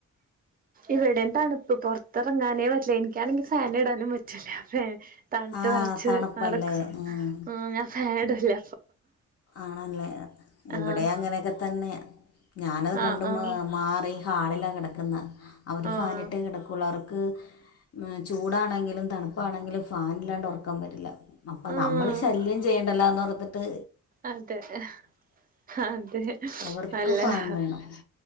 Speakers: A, on the right; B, on the left.
A: ഇവിടേംതണു ഇപ്പൊ, പുറത്തിറങ്ങാനേ പറ്റില്ല. എനിക്കാണെങ്കിൽ ഫാനിടാനും പറ്റൂല തണുത്തുവിറച്ച്
B: ആ തണുപ്പല്ലേ
A: നട
B: ഉം.
A: ആ ഞാൻഫാനിടില്ല
B: ആണല്ലേ, ഇവിടയും
A: ആഹ്
B: അ ങ്ങനെയൊക്കെ തന്നെ ഞാനതുകണ്ടു
A: ആഹ് ആഹ്
B: മാ... മാറി ഹാളിലാകിടക്കുന്നെ അവരുഫാനിട്ടേ
A: ആഹ്
B: കിടക്കുകയുള്ളൂ. അവർക്ക്ചൂടാണെങ്കിലും തണുപ്പ് ഇപ്പാണെങ്കിൽ ഫാനി ല്ലാണ്ടുറക്കം വരില്ല. അപ്പൊനമ്മളുശല്ല്യം
A: ആഹ്
B: ചെയ്യണ്ടല്ലോ ന്നോർത്തിട്ട്.
A: അതെ.. അതെ.. അതെ
B: അവർക്ക്
A: നല്ലതാ.
B: ഫാൻ വേണം